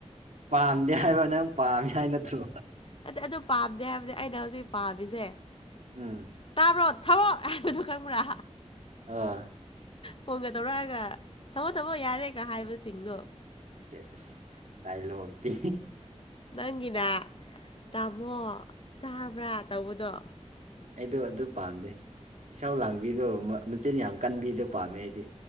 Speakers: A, on the right; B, on the left.
A: ꯄꯥꯝꯗꯦ ꯍꯥꯏꯕ ꯅꯪ ꯄꯥꯝꯃꯦ ꯍꯥꯏ ꯅꯠꯇ꯭ꯔꯣ
B: ꯑꯇꯦ ꯑꯗꯨ ꯄꯥꯝꯗꯦ ꯍꯥꯏꯕꯗꯤ ꯑꯩꯅ ꯍꯧꯖꯤꯛ ꯄꯥꯝꯃꯤꯁꯦ
A: ꯎꯝ
B: ꯇꯥꯕ꯭ꯔꯣ ꯊꯃꯣ ꯍꯥꯏꯕꯗꯣ ꯈꯪꯕ꯭ꯔꯥ
A: ꯑꯥ
B: ꯐꯣꯟꯒ ꯇꯧꯔꯛꯑꯒ ꯊꯝꯃꯣ ꯊꯝꯃꯣ ꯌꯥꯔꯦ ꯀꯥ ꯍꯥꯏꯕꯁꯤꯡꯗꯣ
A: ꯁꯤꯁꯤꯁ ꯇꯥꯏꯂꯣꯛꯇꯤ
B: ꯅꯪꯒꯤꯅ ꯇꯥꯃꯣ ꯇꯥꯕ꯭ꯔꯥ ꯇꯧꯕꯗꯣ
A: ꯑꯩꯗꯣ ꯑꯗꯨ ꯄꯥꯝꯗꯦ ꯏꯁꯧ ꯂꯥꯡꯕꯤꯗꯣ ꯃꯥ ꯃꯆꯤꯟ ꯌꯥꯝ ꯀꯟꯕꯤꯗꯣ ꯄꯥꯝꯃꯦ ꯑꯩꯗꯤ